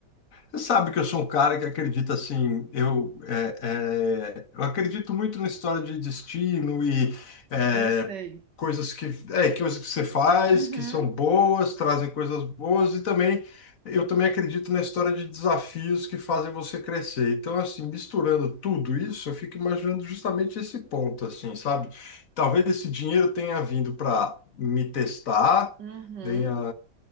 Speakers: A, on the left; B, on the right.
A: você sabe que eu sou um cara que acredita assim, eu, é, é, eu acredito muito na história de destino e é,
B: eu sei.
A: coisas que, é, coisas que você faz
B: Uhum,
A: que são boas, trazem coisas boas e também eu também acredito na história de desafios que fazem você crescer. Então, assim, misturando tudo isso, eu fico imaginando justamente esse ponto, assim, sabe? Talvez esse dinheiro tenha vindo para me testar,
B: uhum.
A: tenha